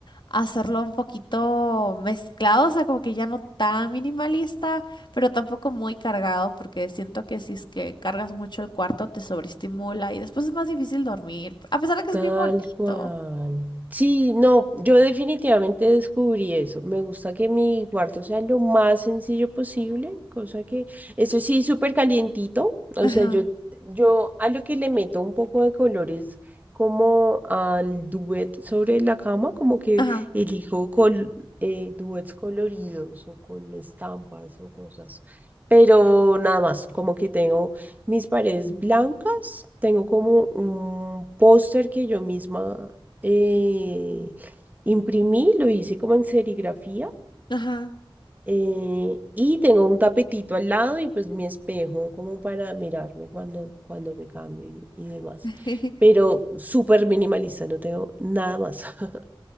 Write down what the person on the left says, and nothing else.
hacerlo un poquito mezclado, o sea, como que ya no tan minimalista, pero tampoco muy cargado, porque siento que si es que cargas mucho el cuarto te sobreestimula y después es más difícil dormir, a pesar de que es
bien bonito.
Ajá,
ajá,
Ujú.
ajá.
<laughs>